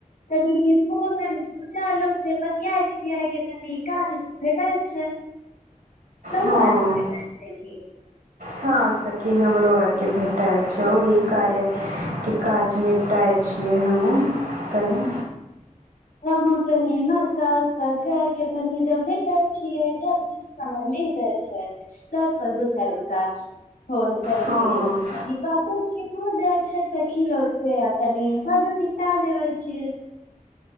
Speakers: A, on the left; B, on the right.
A: तनि दू चार लोग से बतिया जतिया के तनी काज भेटल छै कर
B: हाँ
A: आ के अ क
B: हँ सखी हमरो आर के भेटल छै ओहि कार्या के कार निपटाइ छियै हमहूँ कनी
A: हमहुँ तनी नस्ता उस्ता कर के तनी जब लेटे छिये जब समय ले छै त दू चार तका फोन करके
B: हँ
A: बात चीज हो जाय छै सखी लोक से तनी काजो कितना देबे छियै